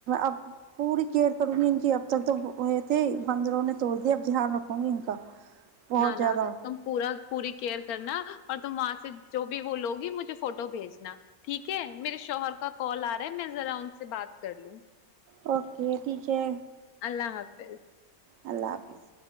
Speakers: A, on the right; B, on the left.
A: اب پوری کیئر کروں گی ان کی اب تک تو یہ تھے بندروں نے توڑ دیا اب دھیان رکھوں گی ان کا بہت
B: نہ
A: زیادہ
B: نہ تم پورا پوری کیئر کرنا اور تم وہاں سے جو بھی وہ لوگی مجھے فوٹو بھیجنا ٹھیک ہے میرے شوہر کا کال آ رہا ہے میں ذرا ان سے بات کر لوں
A: اوکے ٹھیک ہے
B: اللہ حافظ
A: اللہ حافظ